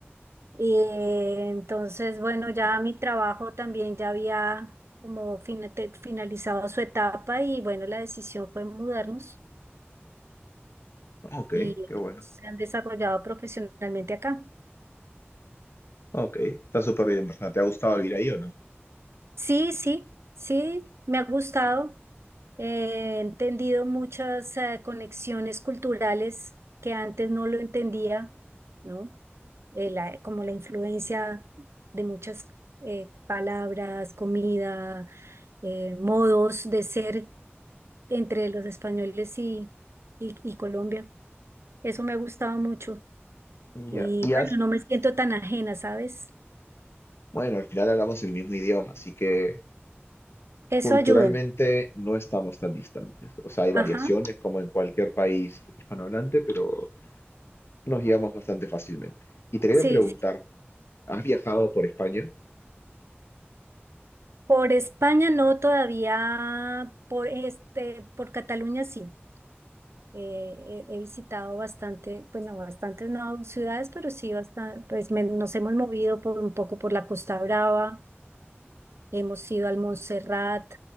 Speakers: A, on the right; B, on the left.
A: Y eh, entonces, bueno, ya mi trabajo también ya había como finate- finalizado su etapa y bueno, la decisión fue mudarnos
B: Ok,
A: y
B: qué bueno.
A: se han desarrollado profesionalmente acá.
B: Ok, está súper bien, Barcelona. ¿Te ha gustado vivir ahí o no?
A: Sí, sí, sí, me ha gustado. Eh, He entendido muchas eh, conexiones culturales que antes no lo entendía, ¿no? Eh, la- como la influencia de muchas eh, palabras, comida, eh, modos de ser entre los españoles y, y, y Colombia. Eso me ha gustado mucho.
B: Ya,
A: Y
B: y
A: bueno,
B: has-
A: no me siento tan ajena, ¿sabes?
B: bueno, al final hablamos el mismo idioma, así que
A: Eso
B: culturalmente
A: ayuda.
B: no estamos tan distantes. O sea, hay variaciones
A: Ajá.
B: como en cualquier país hispanohablante, pero nos llevamos bastante fácilmente. Y te quería
A: Sí,
B: preguntar, ¿has viajado por España?
A: Por España no todavía, por este, por Cataluña sí. Eh, he, he visitado bastante, bueno, bastantes no ciudades, pero sí bastante, pues me- nos hemos movido por un poco por la Costa Brava, hemos ido al Montserrat,